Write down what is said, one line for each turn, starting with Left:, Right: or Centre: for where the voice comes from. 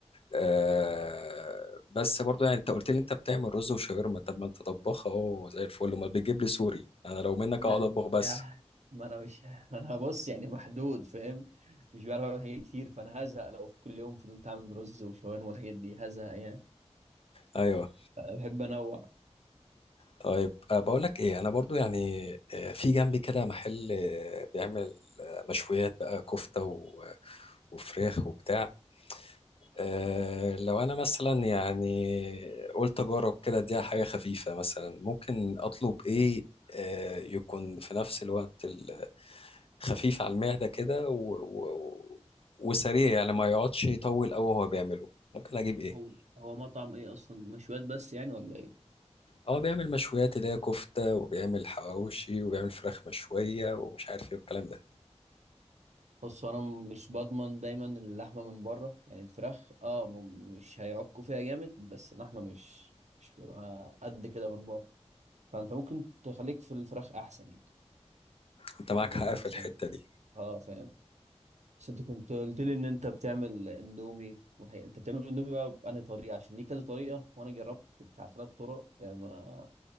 Left: آه، بس برضو يعني انت قلت لي انت بتعمل رز وشاورما طب ما انت طباخ اهو زي الفل امال بتجيب لي سوري انا لو منك
Right: لا
Left: اقعد اطبخ بس
Right: يعني ما انا مش انا هبص يعني محدود فاهم مش بعرف اعمل حاجات كتير فانا هزهق لو في كل يوم فضلت اعمل رز وشاورما والحاجات دي هزهق يعني
Left: ايوه
Right: بحب انوع
Left: طيب أه بقول لك ايه انا برضو يعني آه، في جنبي كده محل آه، بيعمل آه، مشويات بقى كفته و... آه، وفراخ وبتاع أه لو انا مثلا يعني قلت اجرب كده دي حاجه خفيفه مثلا ممكن اطلب ايه أه يكون في نفس الوقت ال- خفيف على المعده كده و... و... وسريع يعني ما يقعدش يطول قوي وهو بيعمله ممكن اجيب ايه
Right: هو هو مطعم ايه اصلا مشويات بس يعني ولا ايه
Left: اه بيعمل مشويات اللي هي كفته وبيعمل حواوشي وبيعمل فراخ مشويه ومش عارف ايه والكلام ده
Right: بص هو انا مش بضمن دايما اللحمه من بره يعني الفراخ اه م- مش هيعكوا فيها جامد بس اللحمه مش مش بيبقى قد كده من بره فانت ممكن تخليك في الفراخ احسن يعني
Left: انت معاك
Right: لو جبت
Left: حق في
Right: مثلا
Left: الحته دي
Right: اه فاهم بس انت كنت قلت لي ان انت بتعمل اندومي والحقيقه انت بتعمل اندومي بقى بأنهي طريقه عشان ليه كذا طريقه وانا جربت بتاع ثلاث طرق يعني ما